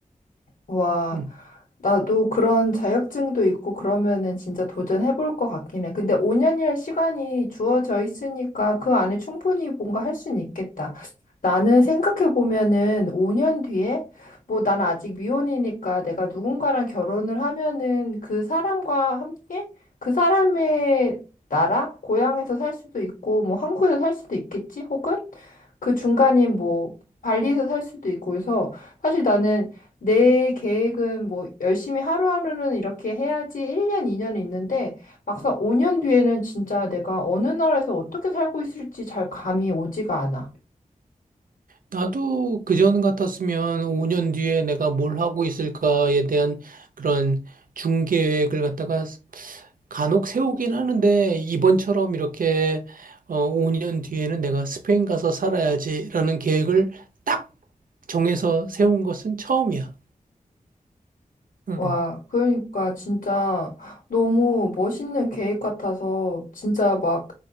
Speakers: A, on the left (about 80°); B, on the right (about 80°).
A: 와,
B: 음.
A: 나도 그런 자격증도 있고 그러면은 진짜 도전해볼 것 같긴 해. 근데 5년이란 시간이 주어져 있으니까 그 안에 충분히 뭔가 할 수는 있겠다. 나는 생각해보면은 5년 뒤에 뭐 나는 아직 미혼이니까 내가 누군가랑 결혼을 하면은 그 사람과 함께 그 사람의 나라, 고향에서 살 수도 있고 뭐 한국에서 살 수도 있겠지? 혹은 그 중간인 뭐 발리에서 살 수도 있고 해서 사실 나는 내 계획은 뭐 열심히 하루하루는 이렇게 해야지 1년, 2년 있는데 막상 5년 뒤에는 진짜 내가 어느 나라에서 어떻게 살고 있을지 잘 감이 오지가 않아.
B: 나도 그전 같았으면 5년 뒤에 내가 뭘 하고 있을까에 대한 그런 중계획을 갖다가 간혹 세우긴 하는데 이번처럼 이렇게 어, 5년 뒤에는 내가 스페인 가서 살아야지라는 계획을 딱 정해서 세운 것은 처음이야. 응.
A: 와, 그러니까 진짜 너무 멋있는 계획 같아서 진짜 막